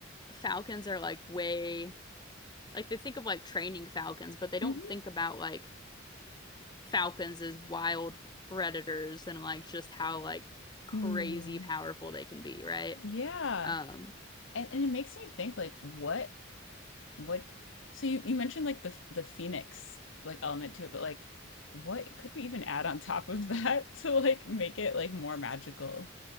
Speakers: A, on the left; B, on the left.
A: falcons are like way, like they think of like training falcons, but they don't
B: <laughs> hmm
A: think about like falcons as wild predators and like just how like crazy
B: Mm.
A: powerful they can be, right?
B: Yeah.
A: Um,
B: And and it makes me think like what what so you, you mentioned like the f- the phoenix like element to it, but like what could we even add on top of that <laughs> to like make it like more magical?